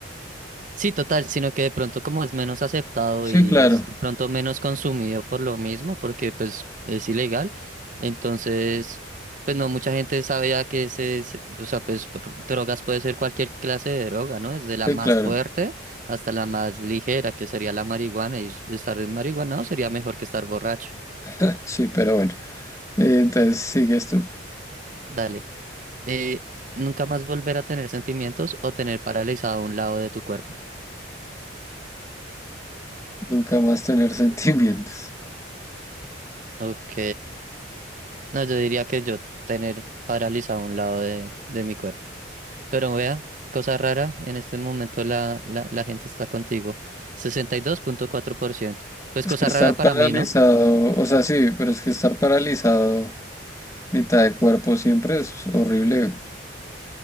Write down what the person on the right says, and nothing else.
Sí, total, sino que de pronto como es menos aceptado
y
es de pronto menos consumido por lo mismo, porque pues es ilegal, entonces pues no mucha gente sabía que ese, se- o sea, pues por- drogas puede ser cualquier clase de droga, ¿no? Desde la
más
fuerte hasta la más ligera, que sería la marihuana, y s- estar en marihuana sería mejor que estar borracho.
Dale. Eh, nunca más volver a tener sentimientos o tener paralizado un lado de tu cuerpo.
Ok. No, yo diría que yo tener paralizado un lado de, de mi cuerpo. Pero vea, cosa rara, en este momento la, la, la gente está contigo. sesenta y dos punto cuatro por ciento Pues
cosa
rara para
mí, ¿no?